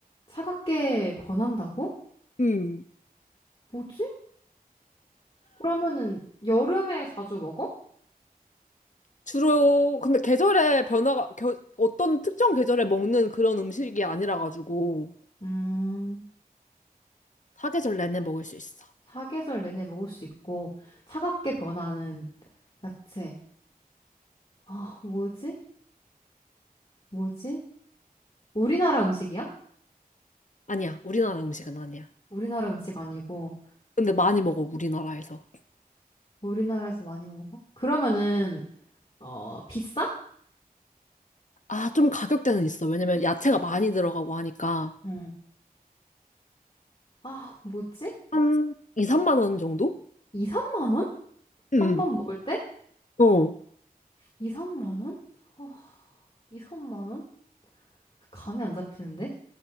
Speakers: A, on the left; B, on the left.
A: 차갑게 변한다고?
B: 음.
A: 뭐지? 그러면은 여름에 자주 먹어?
B: 주로 근데 계절에 변화가 겨, 어떤 특정 계절에 먹는 그런 음식이 아니라 가지고
A: 음.
B: 사계절 내내 먹을 수 있어.
A: 사계절 내내 먹을 수 있고 차갑게 변하는 야채. 아, 뭐지? 뭐지? 우리나라 음식이야?
B: 아니야. 우리나라 음식은 아니야.
A: 우리나라 음식 아니고
B: 근데 많이 먹어 우리나라에서.
A: 우리나라에서 많이 먹어? 그러면은 어, 비싸?
B: 아, 좀 가격대는 있어. 왜냐면 야채가 많이 들어가고 하니까
A: 응. 아, 뭐지?
B: 한 2, 3만 원 정도?
A: 2, 3만 원? 한
B: 응
A: 번 먹을 때?
B: 어.
A: 2, 3만 원? 아, 2, 3만 원? 그 감이 안 잡히는데?